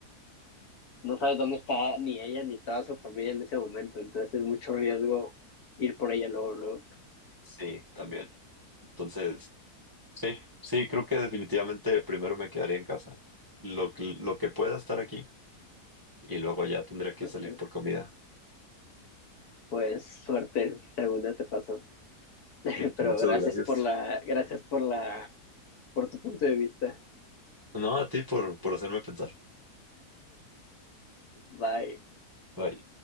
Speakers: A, on the left; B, on the right.
A: no sabes dónde está ni ella ni toda su familia en ese momento, entonces es mucho riesgo ir por ella luego, luego.
B: sí, también. Entonces, sí, sí, creo que definitivamente primero me quedaría en casa. Lo que, lo que pueda estar aquí y luego ya tendría que
A: Pues,
B: salir
A: eh,
B: por comida.
A: pues suerte, segunda te pasó. <laughs> Pero
B: Muchas
A: gracias
B: gracias.
A: por la, gracias por la, por tu punto de vista.
B: No, a ti por, por hacerme pensar.
A: Bye.
B: Bye.